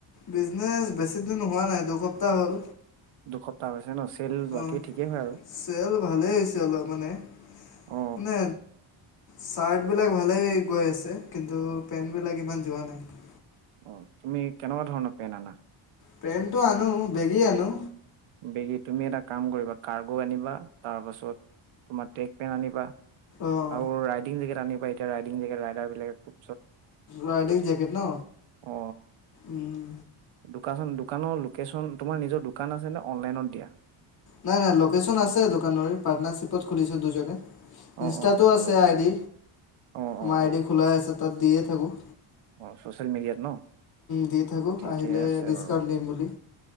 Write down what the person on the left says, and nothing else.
বিজনেচ বেছি দিন হোৱা নাই দুসপ্তাহ হ'ল
অহ
চেল ভালেই হৈছে অলপ মানে
মানে চাৰ্টবিলাক ভালেই গৈ আছে কিন্তু পেণ্টবিলাক ইমান যোৱা নাই
পেন্টটো আনো বেগি আনো
অঁ
ৰাইডিং জেকেট ন
উম
নাই নাই লোকেচন আছে দোকান পাৰ্টনাৰশ্বিপত খুলিছে দুজনে
ইনষ্টাতো
আছে আইডি
আমাৰ
আইডি
খোলাই আছে তাত দিয়ে থাকোঁ
দি থাকোঁ
আহিলে
ডিছকাউণ্ট
দিম বুলি